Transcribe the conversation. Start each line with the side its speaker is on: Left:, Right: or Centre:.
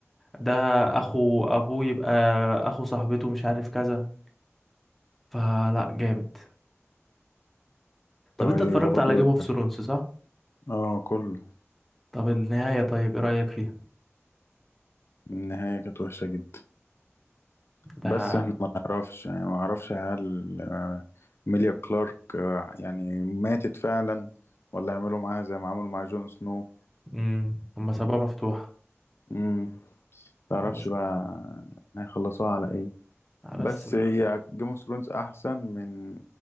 Centre: ده اخو ابوه يبقى اخو صاحبته مش عارف كذا فلا جامد طب
Left: طيب
Centre: انت اتفرجت
Left: اقول
Centre: على جيم اوف
Left: لك
Centre: ثرونز صح
Left: اه كله
Centre: طب النهاية طيب ايه رأيك فيها
Left: النهاية كانت وحشة جدا
Centre: ده
Left: بس احنا ما نعرفش يعني ما نعرفش هل آه، ميليا كلارك آه، يعني ماتت فعلا ولا عملوا معاها زي ما عملوا مع جون سنو
Centre: امم هما سابوها مفتوحة
Left: امم تعرفش
Centre: بس
Left: بقى آه، هيخلصوها على ايه بس
Centre: بس
Left: هي جيم اوف ثرونز احسن من